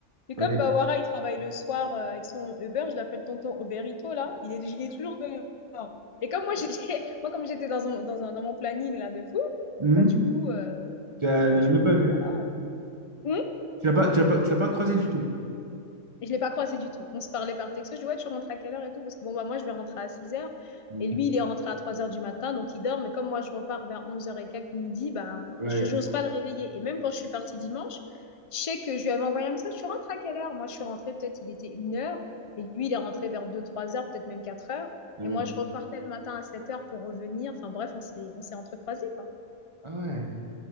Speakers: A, on the left; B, on the right.
A: Mais comme
B: Ouais.
A: Bawara, il travaille le soir euh, avec son Uber, je l'appelle tonton Oberito là, il est, il est toujours dehors. Et comme moi j'étais, <laughs> moi comme j'étais dans, un- dans, un- dans mon planning là de fou,
B: Mhm.
A: bah du coup, euh,
B: Tu l'as
A: bah
B: tu l'as
A: du
B: même
A: coup,
B: pas vu.
A: euh, voilà. Hmm
B: Tu l'as pas, tu l'as pas, tu l'as pas croisé du tout.
A: Et je l'ai pas croisé du tout. On se parlait par texto. Je dis, ouais, tu rentres à quelle heure et tout? Parce que bon, bah, moi, je vais rentrer à 6 heures.
B: Mhm.
A: Et lui, il est rentré à 3 heures du matin, donc il dort. Mais comme moi, je repars vers 11 heures et quelques midi, bah,
B: Ouais.
A: je n'ose pas le réveiller. Et même quand je suis partie dimanche, je sais que je lui avais envoyé un message, tu rentres à quelle heure? Moi, je suis rentrée, peut-être, il était une heure. Et lui, il est rentré vers 2 3 heures, peut-être même 4 heures.
B: Ouais.
A: Et moi, je repartais le matin à 7 heures pour revenir. Enfin, bref, on s'est, on s'est entrecroisés, quoi.
B: Ah ouais.